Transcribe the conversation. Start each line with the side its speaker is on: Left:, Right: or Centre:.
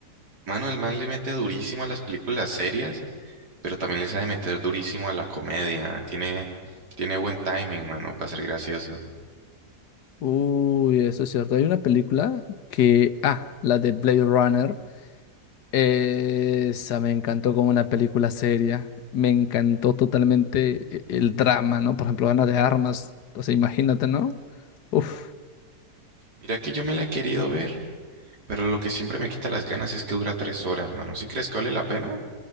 Right: Mano, el man le mete durísimo a las películas serias. pero también le sabe meter durísimo a la comedia. Tiene, tiene buen timing, mano, para ser gracioso.
Left: Uy, eso es cierto. Hay una película que, ah, la de Blade Runner. Esa me encantó como una película seria. Me encantó totalmente e- el drama, ¿no? Por ejemplo, Ana de Armas. O sea, imagínate, ¿no? Uf,
Right: Mira que yo me la he querido ver, pero lo que siempre me quita las ganas es que dura tres horas, mano. ¿Sí crees que vale la pena?